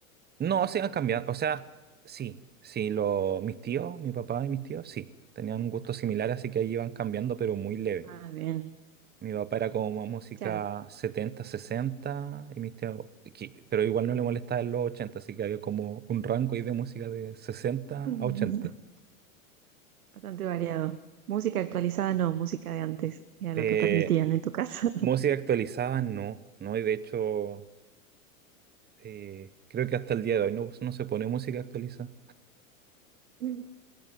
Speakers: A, on the right (about 25°); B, on the right (about 80°).
A: No, se han cambiado. O sea, sí, sí, lo, mis tíos, mi papá y mis tíos, sí, tenían un gusto similar, así que ahí iban cambiando, pero muy leve.
B: Ah, bien.
A: Mi papá era como más música
B: Claro.
A: 70, 60 y mis tíos, que- pero igual no le molestaba en los 80, así que había como un rango ahí de música de 60
B: <laughs>
A: a ochenta.
B: Bastante variado. Música actualizada no, música de antes, era
A: Eh,
B: lo que permitían en tu casa.
A: música actualizada, no, no, y de hecho, eh, creo que hasta el día de hoy no, no se pone música actualizada.
B: <laughs>